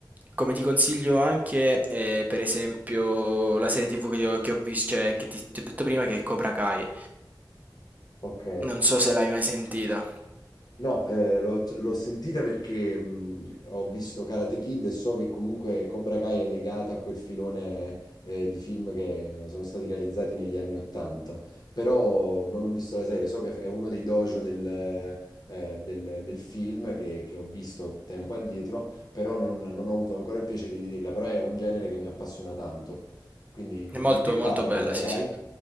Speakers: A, on the right; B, on the left.
A: come ti consiglio anche, eh, per esempio, la serie TV che, ti ho, che ho vis- cioè, che ti ti ho detto prima, che è Cobra Kai.
B: Ok.
A: Non so se l'hai mai sentita.
B: No, eh, l'ho l'ho sentita perché mh, ho visto Karate Kid e so che comunque Cobra Kai è legata a quel filone eh, di film che sono stati realizzati negli anni Ottanta, però non ho visto la serie, so che è uno dei dojo del, eh, del- del film che, che ho visto tempo addietro, però non, non ho avuto ancora il piacere di vederla, però è un genere che mi appassiona tanto. Quindi
A: È molto,
B: di che parla
A: molto bella,
B: Cobra
A: sì,
B: Kai?
A: sì.